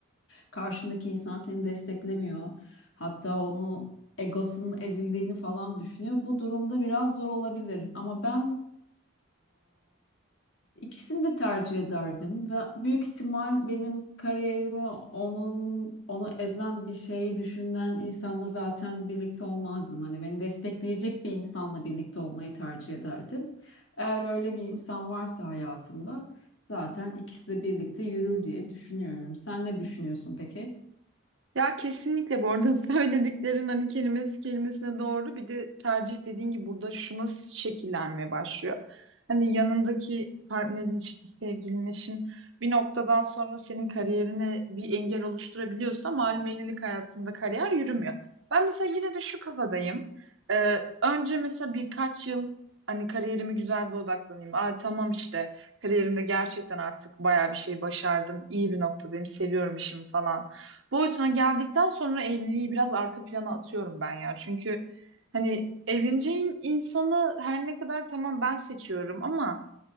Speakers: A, on the left; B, on the right.
A: karşındaki insan seni desteklemiyor. Hatta onu egosunun ezildiğini falan düşünüyor. Bu durumda biraz zor olabilir. Ama ben İkisini de tercih ederdim ve büyük ihtimal benim kariyerimi onun onu ezen bir şey düşünen insanla zaten birlikte olmazdım. Hani beni destekleyecek bir insanla birlikte olmayı tercih ederdim. Eğer öyle bir insan varsa hayatımda zaten ikisi de birlikte yürür diye düşünüyorum. Sen ne düşünüyorsun peki?
B: Ya kesinlikle bu arada <laughs> söylediklerin hani kelimesi kelimesine doğru. Bir de tercih dediğin gibi burada şuna şekillenmeye başlıyor. Hani yanındaki partnerin işte sevgilin eşin bir noktadan sonra senin kariyerine bir engel oluşturabiliyorsa malum evlilik hayatında kariyer yürümüyor. Ben mesela yine de şu kafadayım.
A: Evet.
B: Ee, önce mesela birkaç yıl hani kariyerimi güzel bir odaklanayım. Aa tamam işte kariyerimde gerçekten artık bayağı bir şey başardım. İyi bir noktadayım. Seviyorum işimi falan boyutuna geldikten sonra evliliği biraz arka plana atıyorum ben ya. Çünkü hani evleneceğim insanı her ne kadar tamam ben seçiyorum ama